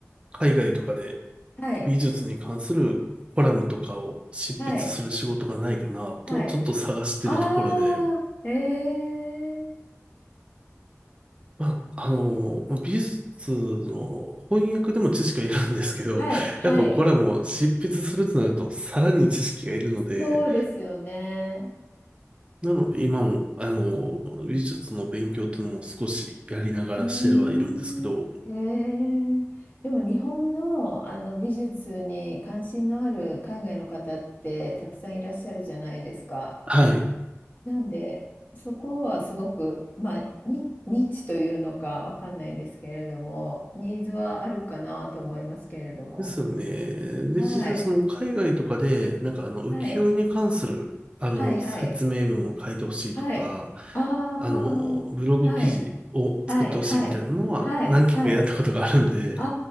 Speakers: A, on the right; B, on the left.
A: 海外とかで
B: はい、
A: 美術に関するコラムとかを執筆する仕事がないかなと、
B: はい、はい。
A: ちょっと探してるところで、
B: ああ、ええ
A: まあ、あの、まあ美術の翻訳でも知識はいるんですけど、
B: はい、
A: <laughs>
B: はい。
A: やっぱコラムを執筆するとなると、さらに知識がいるので、
B: そうですよね。
A: なので今も、あの、美術の勉強っていうのも少しやりながらしてるはいるんですけど、
B: うーん。ええでも日本の、あの美術に関心のある海外の方ってたくさんいらっしゃるじゃないですか。
A: はい。
B: なんで、そこはすごく、まあ、ニ、ニッチというのかわかんないですけれども、ニーズはあるかなと思いますけれども。
A: ですよね。で、
B: はい。
A: 実際その海外とかで、なんかあの浮世絵に関する、
B: はい。
A: あの、
B: はい。はい。
A: 説明文を書いてほしいとか、
B: はい。ああ。
A: あの、ブログ記事を作ってほしいみたいなのは何件かやったことがあるんで、
B: はい。はい。はい。はい。はい。あ